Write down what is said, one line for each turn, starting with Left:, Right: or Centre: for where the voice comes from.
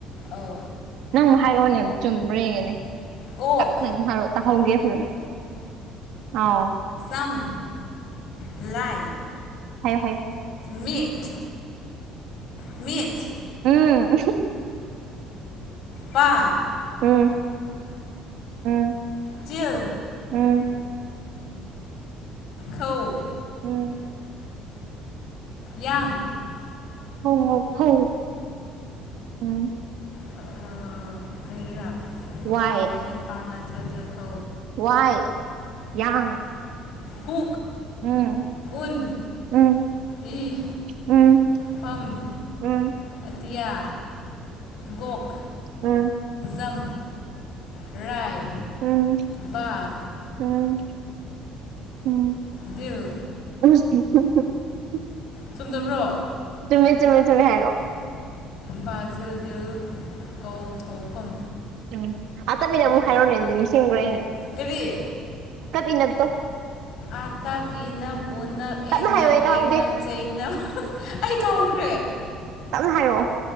Left: ꯑꯧ
Right: ꯅꯪ ꯑꯃꯨꯛ ꯍꯥꯏꯔꯛꯑꯣꯅꯦ ꯆꯨꯝꯕ꯭ꯔ ꯌꯦꯒꯅꯦ
Left: ꯀꯣꯛ
Right: ꯅ ꯑꯗꯨꯝ ꯍꯥꯏꯔ ꯇꯥꯍꯧꯒꯦ ꯐꯖꯅ ꯑꯥꯎ
Left: ꯊꯝ ꯂ
Right: ꯍꯥꯏ ꯍꯥꯏ
Left: ꯃꯠ ꯃꯠ
Right: ꯑꯣ
Left: ꯄꯥ
Right: ꯎꯝ ꯎꯝ
Left: ꯆꯤꯜ
Right: ꯎꯝ
Left: ꯍꯧ
Right: ꯎꯝ
Left: ꯌꯥꯥꯡ
Right: ꯍ ꯐ ꯎꯝ
Left: ꯀꯔ ꯑꯣꯛꯁ꯭ꯔꯝ
Right: ꯋꯥꯏ
Left: ꯂꯩꯥꯏꯄꯥꯟ ꯆꯗ ꯊ
Right: ꯋꯥꯏ ꯌꯥꯡ
Left: ꯍꯨ
Right: ꯎꯝ
Left: ꯎꯟ
Right: ꯎꯝ
Left: ꯏ
Right: ꯎꯝ ꯎꯝ
Left: ꯄꯝ
Right: ꯎꯝ
Left: ꯑꯠꯇꯤꯌꯥ ꯒꯣꯛ
Right: ꯑꯝ
Left: ꯎꯝ ꯔꯥꯏ
Right: ꯎꯝ
Left: ꯕꯥ
Right: ꯎꯝ ꯎꯝ
Left: ꯕꯜ
Right: <unintelligible>
Left: ꯆꯨꯝꯗꯕ꯭ꯔꯣ
Right: ꯇꯃꯤꯃꯤ ꯇꯃꯤ ꯊꯃꯤ ꯍꯥꯏꯔꯣ
Left: ꯕ ꯖꯤꯜꯗꯤꯜ ꯒꯧ ꯊꯧ ꯐꯝ
Right: ꯎꯝ ꯑꯠꯇꯕꯤꯅ ꯑꯃꯨꯛ ꯍꯥꯏꯔꯛꯅꯦ ꯑꯗꯨꯗꯤ ꯅꯤꯡꯁꯤꯡꯈ꯭ꯔꯦ
Left: ꯀꯨꯔꯤꯏ
Right: ꯏꯟꯅꯛꯇꯣ
Left: ꯑꯥꯇꯞ ꯏꯅꯞ ꯎꯞ
Right: ꯇꯞꯅ
Left: ꯑꯦꯟꯅꯞ
Right: ꯍꯥꯏꯌꯣ ꯑꯩ
Left: ꯌꯩꯅꯞ
Right: ꯇꯥꯍꯧꯗꯦ
Left: ꯆꯩꯩꯅꯞ ꯑꯩ ꯀꯧꯈ꯭ꯔꯦ
Right: ꯆꯞꯅ ꯍꯥꯏꯔꯛꯑꯣ